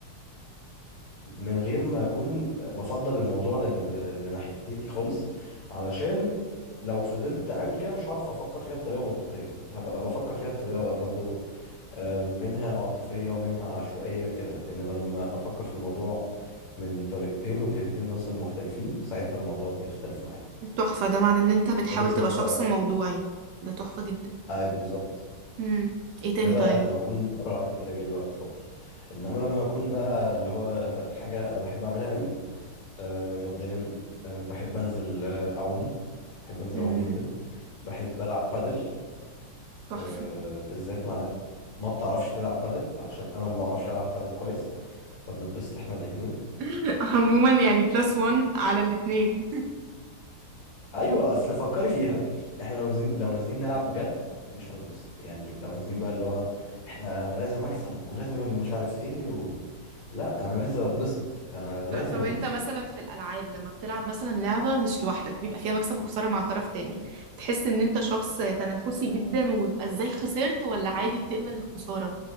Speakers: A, on the left; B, on the right.
A: من غير ما اكون بفضل الموضوع ل- ل- لناحيتي خالص علشان لو فضلت عامل كده مش هعرف افكر فيها بطريقه منطقيه هبقى بفكر فيها بطريقه برضو آه، منها عاطفيه ومنها عشوائيه كده انما لما افكر في الموضوع من طريقتين وجهتين نظر مختلفين ساعتها الموضوع بيختلف معايا
B: تحفه ده معناه ان انت بتحاول
A: ده بالنسبه
B: تبقى شخص موضوعي ده تحفه جدا
A: اي بالظبط
B: مم. ايه تاني
A: ده بقى
B: طيب
A: لما اكون مره واحده كده جالي وقت فاضي انما لما اكون بقى اللي هو حاجه انا بحب اعملها قوي آه، مبدئيا آه، بحب انزل آه، اعوم بحب انزل
B: مم.
A: اعوم جدا بحب العب بادل
B: تحفه
A: آه، بالذات مع ناس ما بتعرفش تلعب بادل علشان انا ما بعرفش العب بادل كويس فبنتبسط احنا الاثنين
B: <laughs> عموما يعني بلس وان على الاتنين
A: ايوه اصل فكري فيها احنا لو نازلين لو نازلين نلعب بجد مش هنتبسط يعني لو نازلين بقى اللي هو احنا انا لازم اكسب ولازم اللي مش عارف ايه و... لا انا نازل اتبسط انا لازم
B: طب طب
A: اتبسط
B: انت مثلا في الالعاب لما بتلعب مثلا لعبه مش لوحدك بيبقى فيها مكسب وخساره مع طرف تاني بتحس ان انت شخص تنافسي جدا ويبقى ازاي خسرت ولا عادي بتقبل الخساره